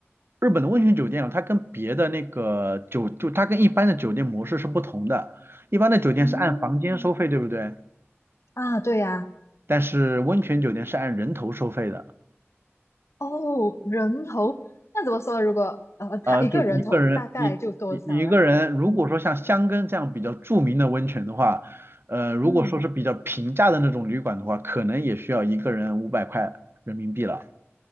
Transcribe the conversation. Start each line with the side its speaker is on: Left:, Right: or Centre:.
Right: 日本的温泉酒店啊，它跟别的那个酒，就它跟一般的酒店模式是不同的。一般的酒店是按房间收费，
Left: 嗯，
Right: 对不对？
Left: 啊，对呀、
Right: 但是温泉酒店是按人头收费的。
Left: 哦，人头，那怎么说？如果呃，他一个人头大概就多少啊？
Right: 呃，就一个人，你你你一个人，如果说像箱根这样比较著名的温泉的话，
Left: 嗯
Right: 呃，如果说是比较平价的那种旅馆的话，
Left: 嗯，
Right: 可能也需要一个人五百块人民币了。